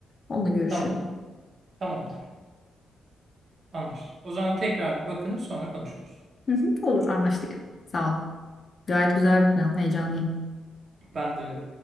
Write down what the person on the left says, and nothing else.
Onunla görüşürüm.
Hı hı, olur anlaştık. Sağ ol. Gayet güzel bir plan. Heyecanlıyım.